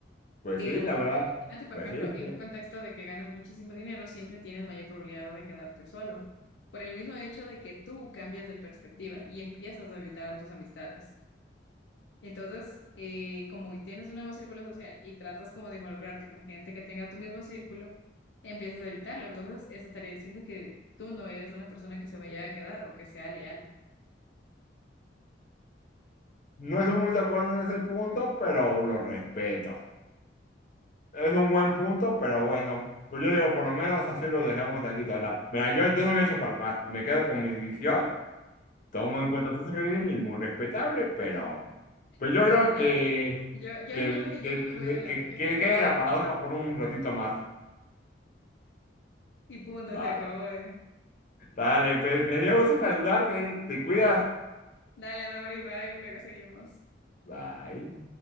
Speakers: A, on the left; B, on the left.
A: Pues
B: Pero
A: sí, la verdad.
B: imagínate, por
A: Pues
B: ejemplo,
A: sí.
B: en
A: sí.
B: un contexto de que ganas muchísimo dinero, siempre tienes mayor probabilidad de quedarte solo, por el mismo hecho de que tú cambias de perspectiva y empiezas a evitar a tus amistades. Entonces, eh, como tienes un nuevo círculo social y tratas como de involucrarte con gente que tenga tu mismo círculo, empiezas a evitarlo. Entonces, eso estaría diciendo que tú no eres una persona que se vaya a quedar o que sea leal.
A: No estoy muy de acuerdo en ese punto, pero lo respeto. Es un buen punto, pero bueno. Pues yo digo, por lo menos así lo dejamos tantito, ¿verdad? Mira, yo, yo no me echo para atrás. Me quedo con mi decisión. Tomo en cuenta tu sugerencia y muy respetable, pero... Pues yo
B: O sea,
A: creo
B: yo,
A: que...
B: yo, yo
A: Que,
B: no
A: el-
B: me, yo
A: que,
B: no me
A: que,
B: voy de lado,
A: que-
B: yo
A: que
B: quiero
A: quede
B: plata.
A: la paradoja por un ratito más.
B: Y punto,
A: Vale.
B: se acabó. ¿eh?
A: Dale, pues me dio gusto saludarte. Te cuidas.
B: Dale, Mauri, bye, luego seguimos.
A: Bye.